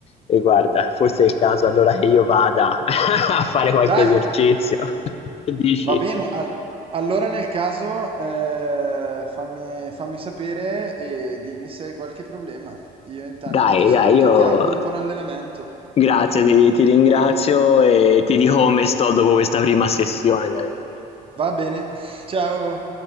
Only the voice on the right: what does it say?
dai,
va bene. al- allora nel caso eh, fammi, fammi sapere e dimmi se hai qualche problema. Io intanto
ti saluto
e ti auguro buon allenamento.
Va bene, <laughs> ciao!